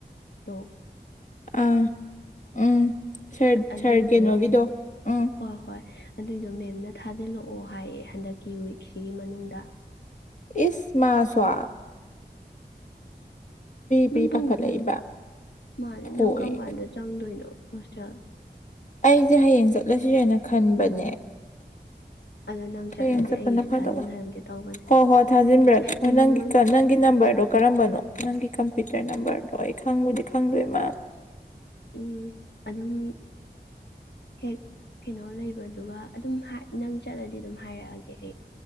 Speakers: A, on the left; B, on the left.
A: ꯗꯣ
B: ꯑꯥ ꯎꯝ ꯁꯥꯔ
A: ꯑꯗꯨꯏꯗꯣ
B: ꯁꯥꯔ ꯀꯩꯅꯣꯒꯤꯗꯣ ꯎꯝ
A: ꯍꯣꯏ ꯍꯣꯏ ꯑꯗꯨꯏꯗꯣ ꯃꯦꯝ ꯑꯅ ꯊꯥꯖꯤꯜꯂꯛꯑꯣ ꯍꯥꯏꯌꯦ ꯍꯟꯗꯛꯀꯤ ꯋꯤꯛꯁꯤꯒꯤ ꯃꯅꯨꯡꯗ
B: ꯏꯁꯃ ꯆꯣ
A: ꯑꯗꯨꯝ
B: ꯄ꯭ꯔꯤ
A: ꯇꯗꯅ
B: ꯄꯥꯈꯠꯂꯛꯏꯕ
A: ꯃꯥꯅꯦ
B: ꯍꯣꯏ
A: ꯅꯪ ꯀꯔꯝ ꯀꯥꯟꯗ ꯆꯪꯗꯣꯏꯅꯣ ꯄꯆꯦꯜ
B: ꯑꯩꯁꯦ ꯍꯌꯦꯡ ꯆꯠꯂꯁꯤ ꯍꯥꯏꯅ ꯈꯟꯕꯅꯦ
A: ꯑꯗꯣ ꯅꯪ ꯆꯠꯂꯗꯤ
B: ꯍꯌꯦꯡ ꯆꯠꯄꯅ
A: ꯑꯩꯒꯤꯁꯨ
B: ꯐꯗ
A: ꯊꯥꯖꯤꯟꯍꯟꯒꯦ ꯇꯧꯕꯅꯦ
B: ꯍꯣ ꯍꯣꯏ ꯊꯥꯖꯤꯟꯕꯤꯔꯒꯦ
A: ꯑꯩ
B: ꯅꯪꯒꯤ
A: ꯅꯪꯉꯣꯟ
B: ꯅꯪꯒꯤ ꯅꯝꯕꯔꯗꯣ ꯀꯔꯝꯕꯅꯣ ꯅꯪꯒꯤ ꯀꯝꯄ꯭ꯌꯨꯇꯔ ꯅꯝꯕꯔꯗꯣ ꯑꯩ ꯈꯪꯉꯨꯗꯤ ꯈꯪꯗꯣꯏꯃ
A: ꯎꯝ ꯑꯗꯨꯝ ꯍꯦꯛ ꯀꯩꯅꯣ ꯂꯩꯕꯗꯨꯒ ꯑꯗꯨꯝ ꯅꯪ ꯆꯠꯂꯗꯤ ꯑꯗꯨꯝ ꯍꯥꯏꯔꯛꯑꯒꯦ ꯑꯩ